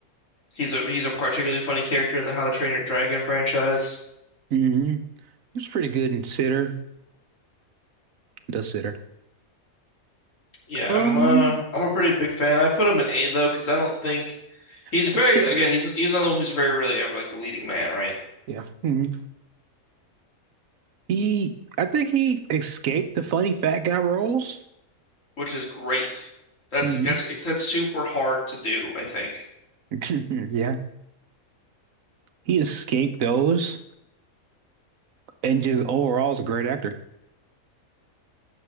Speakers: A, on the left (about 60°); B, on the right (about 70°).
A: He's a he's a particularly funny character in the How to Train Your Dragon franchise.
B: hmm He was pretty good in Sitter. The Sitter.
A: Yeah,
B: Um,
A: I'm uh I'm a pretty big fan. I put him in A though because I don't think he's
B: I
A: very
B: think
A: again he's he's another one who's very rarely ever like the leading man, right?
B: yeah. hmm He I think he escaped the funny fat guy roles.
A: Which is great. That's
B: hmm
A: that's that's super hard to do, I think.
B: <laughs> Yeah. He escaped those and just overall is a great actor.